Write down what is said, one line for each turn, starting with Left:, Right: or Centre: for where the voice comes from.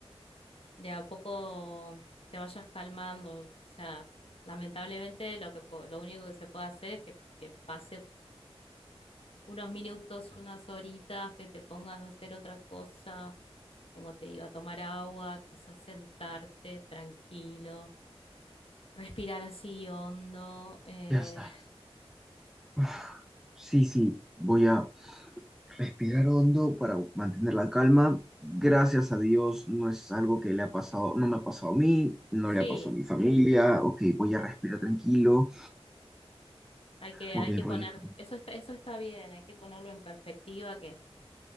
Left: de a poco te vayas calmando. O sea, lamentablemente lo que po- lo único que se puede hacer es que, que pase unos minutos, unas horitas, que te pongas a hacer otra cosa, como te digo, a tomar agua, quizás sentarte tranquilo, respirar así hondo. eh,
Centre: Ya estás. Uf, Sí, sí, voy a respirar hondo para mantener la calma. Gracias a Dios, no es algo que le ha pasado, no me ha pasado a mí, no
Left: sí,
Centre: le ha pasado a mi familia. Ok, voy a respirar tranquilo.
Left: hay que,
Centre: Ok,
Left: hay que
Centre: voy
Left: poner,
Centre: a...
Left: eso está, eso está bien, hay que ponerlo en perspectiva que